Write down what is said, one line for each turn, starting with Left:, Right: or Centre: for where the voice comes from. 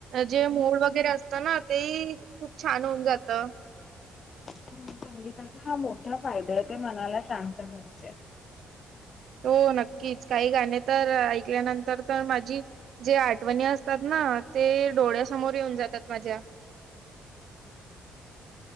Right: जे मुड वगैरे अस ना ते खुप छान होऊन जात
Left: संगीताचा हा मोठा फायदा आहे ते मनाला शांत करते
Right: हो नक्कीच काही गाणे तर ऐकल्यानंतर तर माझी जे आठवणी असतात ना ते डोळ्यासमोर येऊन जातात माझ्या